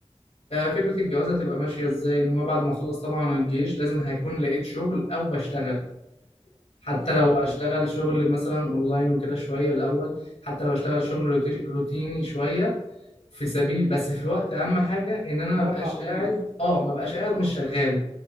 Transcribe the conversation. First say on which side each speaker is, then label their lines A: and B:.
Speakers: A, on the left (about 80°); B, on the right (about 80°).
A: آه، فكرة الجواز هتبقى ماشية ازاي ان هو بعد ما اخلص طبعا الجيش لازم هيكون لقيت شغل او بشتغل حتى
B: بالظبط
A: لو اشتغل
B: طبعاً.
A: شغل مثلا اونلاين وكده شوية الاول حتى لو اشتغل شغل روتي- روتيني شوية في سبيل بس في الوقت اهم حاجة ان انا
B: بتجمع
A: ما بقاش
B: فلوس
A: قاعد اه ما بقاش قاعد
B: أه
A: مش شغال